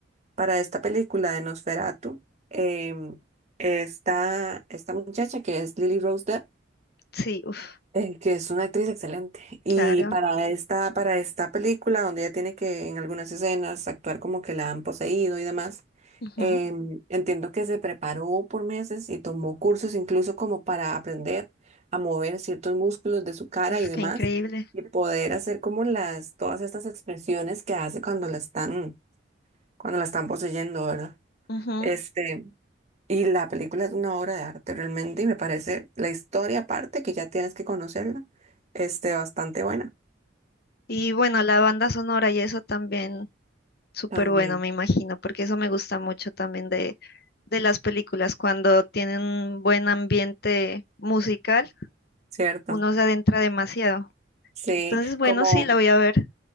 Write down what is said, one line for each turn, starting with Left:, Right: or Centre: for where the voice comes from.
Right: para esta película de Nosferatu, em, está esta muchacha que es Lily Rose Depp,
Left: sí, uff,
Right: eh, que es una actriz excelente. Y
Left: claro.
Right: para esta, para esta película, donde ella tiene que en algunas escenas actuar como que la han poseído y demás,
Left: ujú,
Right: em, entiendo que se preparó por meses y tomó cursos incluso como para aprender a mover ciertos músculos de su cara
Left: Uf,
Right: y demás,
Left: qué increíble.
Right: y poder hacer como las, todas estas expresiones que hace cuando la están, cuando la están poseyendo, ¿verdad?
Left: ujú.
Right: Este, y la película es una obra de arte realmente y me parece la historia aparte, que ya tienes que conocerla, este, bastante buena
Left: Y bueno, la banda sonora y eso también. súper
Right: también,
Left: bueno, me imagino, porque eso me gusta mucho también de, de las películas, cuando tienen un buen ambiente musical,
Right: ¿cierto?
Left: uno se adentra demasiado.
Right: Sí,
Left: Entonces, bueno,
Right: como,
Left: sí, la voy a ver.